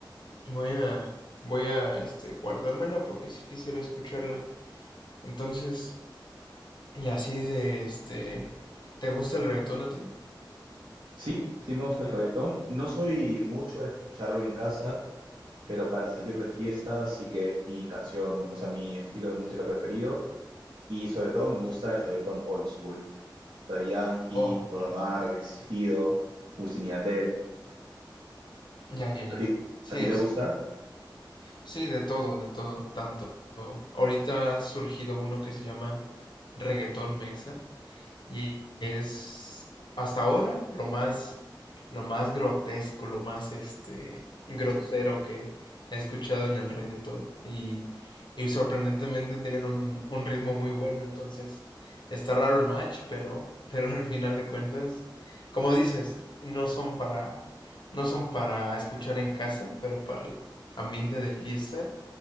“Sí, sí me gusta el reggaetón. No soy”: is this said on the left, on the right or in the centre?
Right